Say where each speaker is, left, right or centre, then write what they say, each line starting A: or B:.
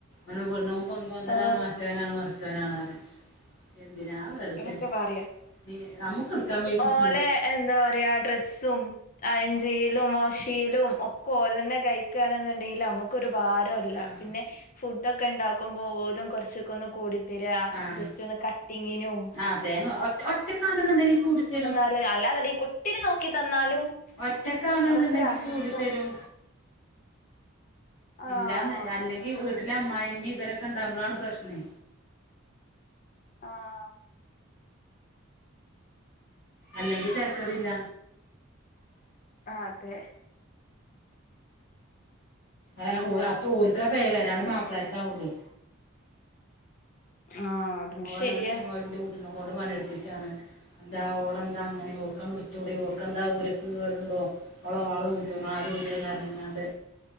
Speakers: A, on the left; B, on the left.
A: <unintelligible> പെങ്കോന്തനാണ്
B: ആ
A: മറ്റവനാണ് മറിച്ചുവനാണറിം. എന്തിനാ വെറ്തെ.
B: എന്നൊക്കെ പറയാ
A: നീ അമ്മക്ക്ട്ക്കാൻ വെയ്ക്കും.
B: ഓലെ
A: ആഹ്
B: എന്താ പറിയാ ഡ്രെസ്സും അയൺ ചെയ്യലും വോശെയ്യലും ഒക്കോലെന്നെ കഴിക്കാണെന്നുണ്ടെങ്കിലമ്മക്കൊരു ഭാ <unintelligible>
A: ആഹ്
B: പിന്നെ ഫുഡൊക്കെ ണ്ടാക്കുമ്പോ ഓലും കൊരച്ചൊക്കൊന്ന് കൂടി തെരാ
A: ആഹ്
B: ജസ്റ്റൊന്ന് കട്ടിങ്ങിനും
A: ആഹ്, തേങ്ങ ഒ ഒറ്റ ഒറ്റക്കാണുന്നുണ്ടെങ്കി കൂടിത്തെരും.
B: ല്ല അല്ലാന്ന്ണ്ടെങ്കി കുട്ടിനെ നോക്കി തന്നാലും
A: ഒറ്റക്കാണ്ന്ന്ണ്ടെങ്കി
B: അതൊക്കെ ഒരു ആശ്വാസ
A: കൂടിത്തെരും.
B: ആഹ്
A: ഇല്ലാന്ന്, അല്ലെങ്കി വീട്ടിലെ അമ്മായിമ്മീ ഇവരൊക്കെണ്ടാവുമ്പളാണ് പ്രശ്നേ
B: ആഹ്.
A: അല്ലെങ്കി തെര്ക്കടില്ല.
B: അതെ.
A: ഏഹ് ഓ അപ്പ ഓൽക്കാ പേര് അലാണ്ട് മാപ്ലാര്ക്കാവൂലേ.
B: ആഹ് അതും
A: ഓനാണ്
B: ശരിയാ
A: ഓൽൻ്റെ കൂട്ടിനെകൊണ്ട് പണി ട്പ്പിച്ചാണ്. ന്താ ഓളെന്താ അങ്ങനെ ഓൾക്കങ്ങ്ട്ത്തൂടെ ഓൾക്കെന്താ ഊരക്ക് കേടുണ്ടോ? ഓള വളൂരോ മാലൂരോന്നർഞ്ഞിങ്ങാണ്ട്